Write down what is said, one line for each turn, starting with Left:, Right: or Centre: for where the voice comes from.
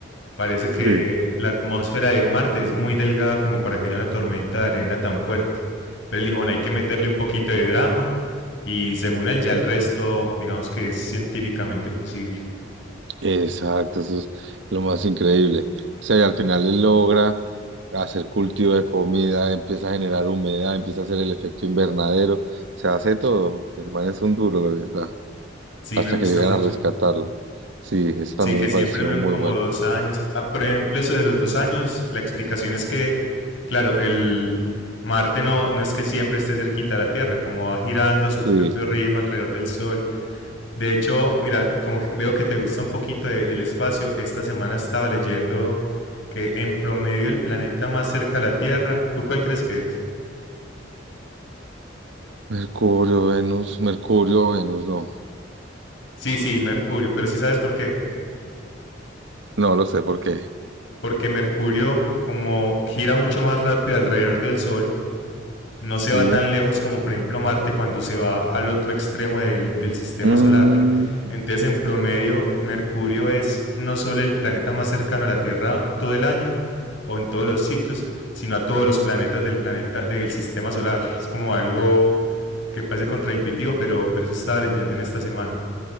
Left: Parece que
Right: sí.
Left: la atmósfera de Marte es muy delgada como para que haya una tormenta de arena tan fuerte. Pero él dijo, bueno, hay que meterle un poquito de drama y según él ya el resto, digamos que es científicamente posible.
Right: Exacto, eso es lo más increíble. O sea, y al final él logra hacer cultivo de comida, empieza a generar humedad, empieza a hacer el efecto invernadero, o sea, hace todo. El man es un duro, la verdad,
Left: Sí,
Right: hasta
Left: me gusta
Right: que llegan
Left: mucho.
Right: a rescatarlo. Sí, eso
Left: Sí,
Right: también
Left: que
Right: me
Left: siempre
Right: pareció
Left: fueron
Right: muy
Left: como
Right: bueno.
Left: dos años. Ah, por ejemplo, eso de los dos años, la explicación es que, claro, el Marte no, no es que siempre esté cerquita a la Tierra, como va girando a su
Right: Sí,
Left: propio ritmo alrededor del Sol, De hecho, mira, como que veo que te gusta un poquito de- del espacio, esta semana estaba leyendo que en promedio el planeta más cerca a la Tierra, ¿tú cuál crees que es?
Right: Mercurio, Venus, Mercurio, Venus, no,
Left: Sí, sí, Mercurio, pero sí sabes por qué.
Right: no lo sé por qué.
Left: Porque Mercurio como gira mucho más rápido alrededor del Sol, no
Right: Sí.
Left: se va tan lejos como por ejemplo Marte cuando se va al otro extremo del, del, sistema
Right: Mm,
Left: solar. Entonces, en promedio, Mercurio es no solo el planeta más cercano a la Tierra todo el año o en todos los ciclos, sino a todos los planetas del planeta del sistema solar. Es como algo que parece contraintuitivo, pero, pero eso estaba leyendo en esta semana.